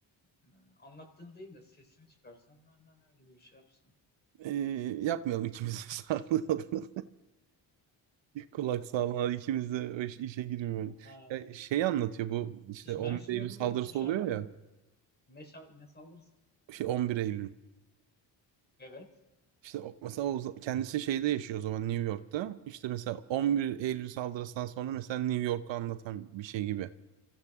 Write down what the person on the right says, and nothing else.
Ee, yapmayalım ikimiz de <laughs> sağlığı adına. Kulak sağlığı ikimiz de o iş- işe girmiyor.
Ya şey anlatıyor bu işte
11
Eylül
saldırısı
oluyor ya.
Şey 11 Eylül.
İşte o- mesela o za- kendisi şeyde yaşıyor o zaman New York'ta. İşte mesela 11 Eylül saldırısından sonra mesela New York'u anlatan bir şey gibi.